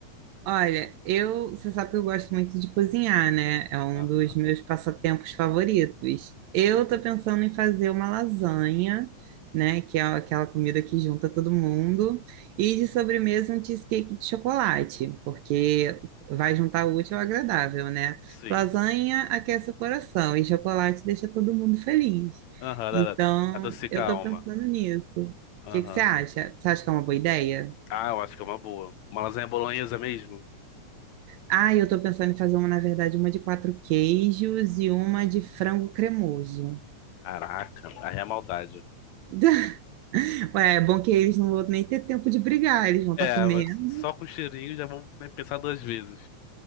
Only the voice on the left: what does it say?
Aham.
Sim.
Aham, da-
da- adocica
a
alma.
Aham.
Ah, eu acho que é uma boa. Uma lasanha bolonhesa mesmo?
Caraca, aí é maldade.
É,
mas só com o cheirinho já vão pensar duas vezes.